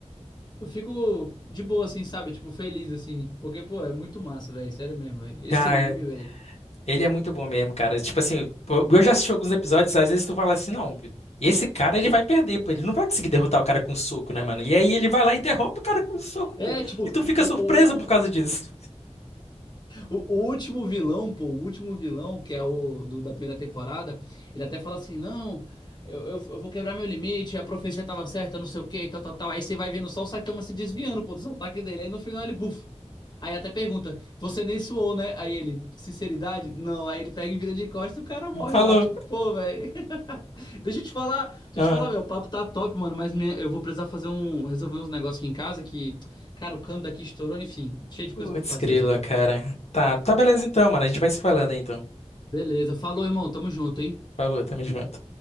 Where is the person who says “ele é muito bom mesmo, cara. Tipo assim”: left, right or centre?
Left